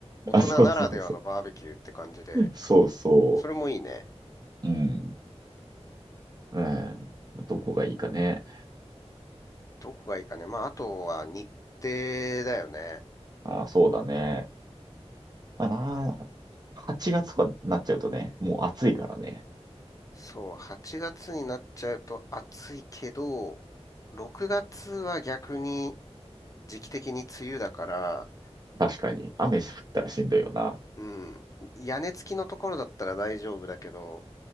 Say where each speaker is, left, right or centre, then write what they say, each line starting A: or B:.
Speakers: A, on the left (about 30°); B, on the right (about 35°).
A: 大人ならではのバーベキューって感じで。
B: あ、そうそうそう。そうそ
A: それもいいね。
B: う。うん。うん。どこがいいかね。
A: どこがいいかね。まあ、あとは日程だよね。
B: あ、そうだね。まあな、8月とかになっちゃうとね、もう暑いからね。
A: そう、8月になっちゃうと暑いけど、6月は逆に時期的に梅雨だから、
B: 確かに。雨降ったらしんどいよな。
A: うん。屋根付きのところだったら大丈夫だけど、